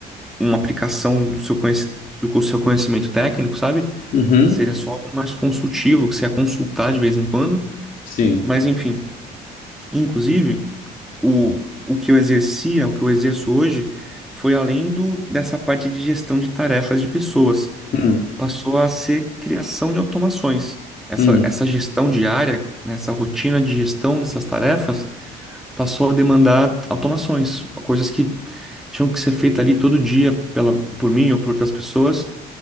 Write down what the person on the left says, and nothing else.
uhum,
sim.
Hum,
hum,